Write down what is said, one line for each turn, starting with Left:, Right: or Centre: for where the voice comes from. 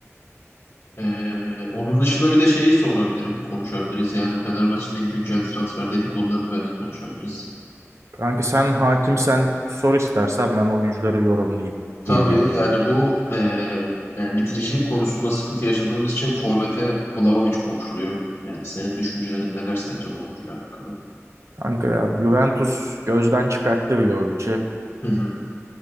Left: Ee, onun dışında bir de şeyi sorabilirim, konuşabiliriz. Yani Fenerbahçe'nin güncel transfer dedikodularını belki konuşabiliriz.
Right: Kanka sen hakimsen sor istersen ben oyuncuları yorumlayayım
Left: Tabii
Right: bildiğim kadar.
Left: yani bu eee, yani bitiricilik konusunda sıkıntı yaşadığımız için forvete Vlahovic konuşuluyor. Yani senin düşüncelerin neler sence bu oyuncuyla alakalı?
Right: Kanka ya Juventus gözden çıkarttı Vlahovic'i.
Left: Hı hı.